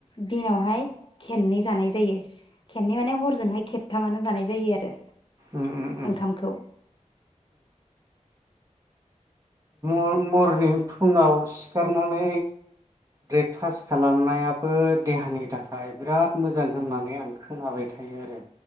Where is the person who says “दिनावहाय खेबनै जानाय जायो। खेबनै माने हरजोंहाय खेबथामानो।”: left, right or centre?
Left